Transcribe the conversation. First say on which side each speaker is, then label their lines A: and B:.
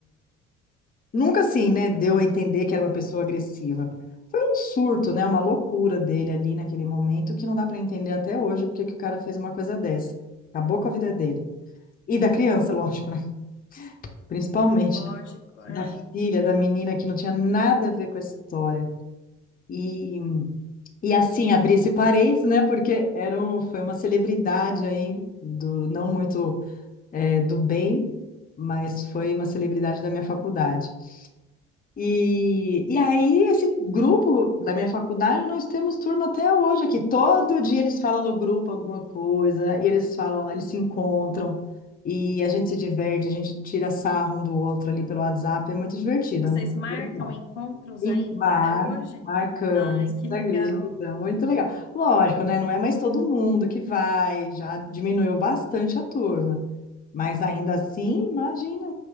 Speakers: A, on the left; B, on the left.
A: Nunca assim, né, deu a entender que era uma pessoa agressiva. Foi um surto, né, uma loucura dele ali naquele momento que não dá para entender até hoje porque que o cara fez uma coisa dessa. Acabou com a vida dele. E da criança, <laughs> lógico, né? Principalmente
B: Lógico, é.
A: da filha, da menina que não tinha nada a ver com a história. E, e assim, abrir esse parênteses, né, porque era um, foi uma celebridade aí, do, não muito eh, do bem, mas foi uma celebridade da minha faculdade. E, e aí, esse grupo da minha faculdade, nós temos turma até hoje aqui. Todo dia eles falam no grupo alguma coisa, e eles falam, eles se encontram, e a gente se diverte, a gente tira sarro um do outro ali pelo WhatsApp, é muito divertido.
B: Vocês
A: é muito
B: marcam
A: legal.
B: encontros
A: E
B: ainda
A: mar,
B: até hoje?
A: marcamos,
B: Ai, que
A: você
B: legal.
A: acredita? Muito legal. Lógico, né? Não é mais todo mundo que vai, já diminuiu bastante a turma, mas ainda assim, imagina,